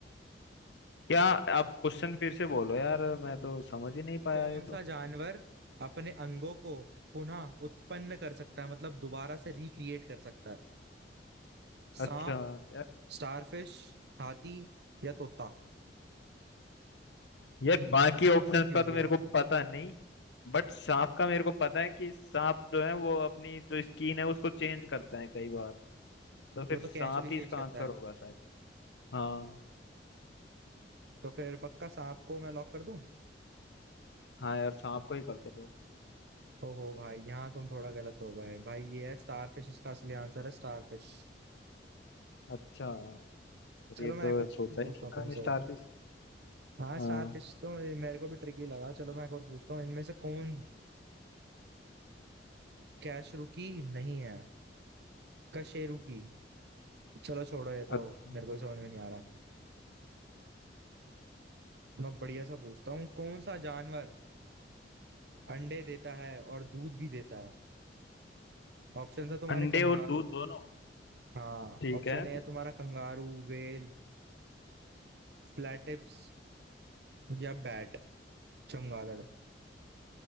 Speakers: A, on the left; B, on the right.
A: क्या आप क्वेश्चन फिर से बोलो यार मैं तो समझ ही नहीं पाया
B: कौन
A: ये तो
B: सा जानवर अपने अंगों को पुनः उत्पन्न कर सकता है मतलब दोबारा से रिक्रिएट कर सकता है सांप
A: अच्छा यार
B: स्टारफिश हाथी या तोता
A: यार बाकी
B: इसमें
A: ऑप्शंस
B: कंफ्यूज
A: का तो मेरे
B: है
A: को पता नहीं बट सांप का मेरे को पता है कि सांप जो है वो अपनी जो स्किन है उसको चेंज करता है कई बार तो फिर
B: वो तो
A: सांप
B: कैंचुली चेंज
A: ही इसका
B: करता
A: आंसर
B: है
A: होगा शायद हाँ
B: तो फिर पक्का सांप को मैं लॉक कर दूं
A: हाँ यार सांप को ही करते लोग
B: ओहो भाई यहाँ तुम थोड़ा गलत हो गए भाई ये है स्टारफिश इसका असली आंसर है स्टारफिश
A: अच्छा यार,
B: चलो
A: ये तो
B: मैं एक और क्वेश्चन
A: सोचा
B: पूछता
A: ही नहीं था
B: हूँ तुमसे
A: मैंने स्टारफिश
B: हाँ स्टारफिश
A: हाँ
B: तो ये मेरे को भी ट्रिकी लगा चलो मैं एक और पूछता हूँ इनमें से कौन कैशरू की नहीं है कशेरू की चलो छोड़ो ये तो
A: अच्छा
B: मेरे को ही समझ में नहीं आ रहा <laughs> मैं बढ़िया सा पूछता हूँ कौन सा जानवर अंडे देता है और दूध भी देता है ऑप्शन है तुम्हारे
A: अंडे
B: कंगारू
A: और दूध दोनों
B: हाँ
A: ठीक
B: ऑप्शन
A: है
B: ए है तुम्हारा कंगारू वेल फ्लैटिप्स या बैट चमगादड़